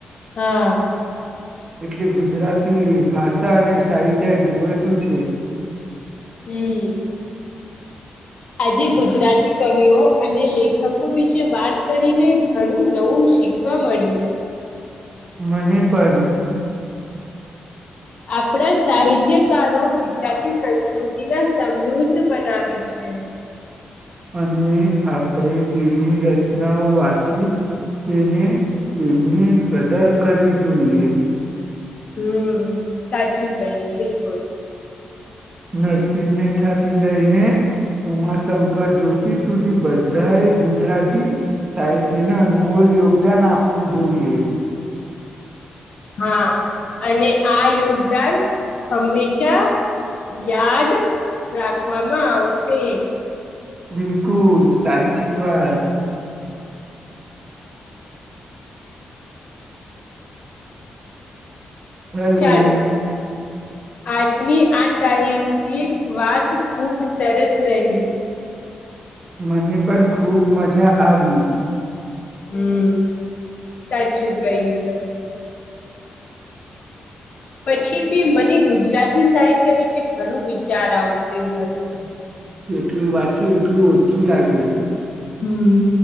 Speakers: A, on the left; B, on the right.
A: હા
B: એટલે ગુજરાતી ભાષા અને સાહિત્ય જીવાતું છે
A: હમ
B: <inaudible>
A: આજે ગુજરાતી કવિઓ અને લેખકો વિશે વાત કરીને ઘણું નવું શી શીખવા મળ્યું
B: મને પણ
A: આપણા સાહિત્યકારો ગુજરાતી સંસ્કૃતિના સમૃદ્ધ બનાવી છે
B: અને આપણે તેમની રચનાઓ વાંચી તેને તેમની કદર કરવી જોઈએ.
A: હમ... સાચું કહ્યું બિલકુલ.
B: નરસિંહ મેથાથી લઈને ઉમાશંકર જોશી સુધી બધા એ ગુજરાતી સાહિત્યના અનમોલ યોગદાન આપવું જોઈએ.
A: હા અને આ યોગદાન હંમેશા. યાદ રાખવામાં આવશે.
B: બિલકુલ સાચી વાત. હલો.
A: ચાલો આજની આ સાહિત્યિક વાત ખૂબ સરસ રહી.
B: મને પણ ખુબ મજા આવી.
A: હમ.. <unintelligible> ગયું તમે. પછી તે મને ગુજરાતી સાહિત્ય વિશે ઘણું વિચાર આવતુ હતું.
B: જેટલું વાંચ્યું એટલું ઓછું લાગે.
A: હમ..